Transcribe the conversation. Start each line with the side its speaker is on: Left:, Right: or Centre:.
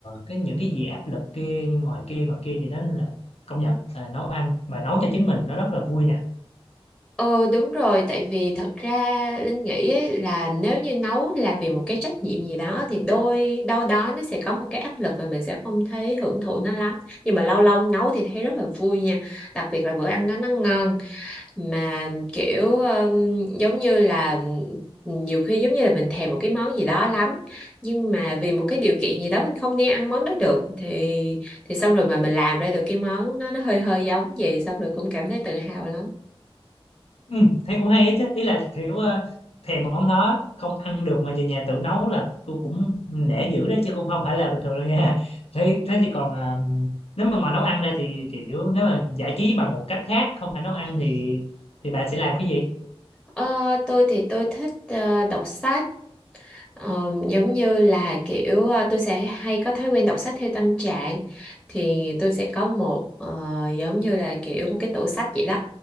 Left: cái những cái gì áp lực kia ngoài kia ngoài kia gì đó nên là công nhận là nấu ăn mà nấu cho chính mình nó rất là vui nha
Centre: Ờ đúng rồi, tại vì thật ra Linh nghĩ ấy, là nếu như nấu là vì một cái trách nhiệm gì đó thì đôi đâu đó nó sẽ có một cái áp lực và mình sẽ không thấy hưởng thụ nó lắm. Nhưng mà lâu lâu nấu thì thấy rất là vui nha. Đặc biệt là bữa ăn đó nó ngon. mà kiểu um, giống như là nhiều khi giống như là mình thèm một cái món gì đó lắm nhưng mà vì một cái điều kiện gì đó mình không đi ăn món đó được thì thì xong rồi mà mình làm ra được cái món nó, nó hơi hơi giống vậy xong rồi cũng cảm thấy tự hào lắm
Left: Ừ, thế cũng hay ấy chứ ý là kiểu ờ, thèm món đó không ăn được mà về nhà tự nấu là tôi cũng nể dữ đó chứ cũng không phải là bình thường đâu nha <laughs> thế thế thì còn à, nếu mà ngoài nấu ăn ra thì kiểu nếu mà giải trí bằng một cách khác không phải nấu ăn thì thì bà sẽ làm cái gì
Centre: Ờ, tôi thì tôi thích ờ, đọc sách Ờ, giống như là kiểu ờ, tôi sẽ hay có thói quen đọc sách theo tâm trạng thì tôi sẽ có một ờ, giống như là kiểu một cái tủ sách vậy đó